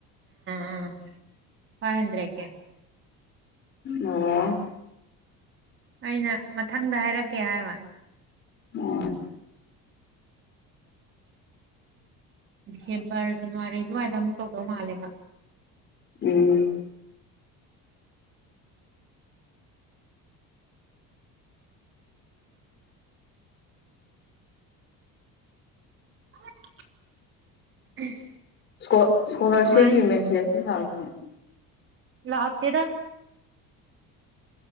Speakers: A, on the right; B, on the left.
A: ꯑꯥ ꯐꯥꯏꯚ ꯍꯟꯗ꯭ꯔꯦꯠꯀꯦ
B: ꯑꯣ
A: ꯑꯩꯅ ꯃꯊꯪꯗ ꯍꯥꯏꯔꯛꯀꯦ ꯍꯥꯏꯕ
B: ꯑꯣ
A: ꯗꯤꯁꯦꯝꯕꯔ ꯖꯅꯋꯥꯔꯤ ꯑꯗꯨꯋꯥꯏꯗ ꯑꯃꯨꯛ ꯇꯧꯗꯧ ꯃꯥꯜꯂꯦꯕ
B: ꯎꯝ
A: <inaudible>
B: ꯁꯀꯣ ꯁ꯭ꯀꯣꯂꯔꯁꯤꯞꯀꯤ
A: ꯀꯃꯥꯏꯅ
B: ꯃꯦꯁꯦꯁꯇꯤ ꯂꯥꯛꯄ꯭ꯔꯣ
A: ꯂꯥꯛꯇꯦꯗ